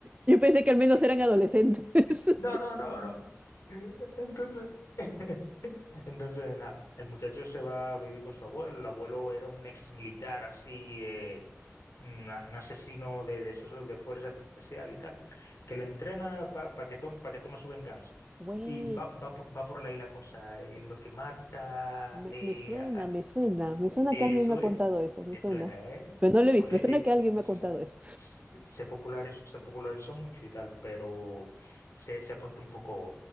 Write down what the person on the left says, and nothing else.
No, no, no, no. <laughs> Entonces, <laughs> Entonces, nada, el muchacho se va a vivir con su abuelo. El abuelo era un ex militar así, eh, una- un asesino de, de esos de fuerza especial y tal, que lo entrena para que, tome pa que toma su venganza.
Y va, va, po- va por ahí la cosa, eh, en lo que mata,
eh,
a-
te
sue-
te
suena, ¿eh?
Porque
eh,
s-
s- se popularizó, se popularizó mucho y tal, pero se, se ha puesto un poco,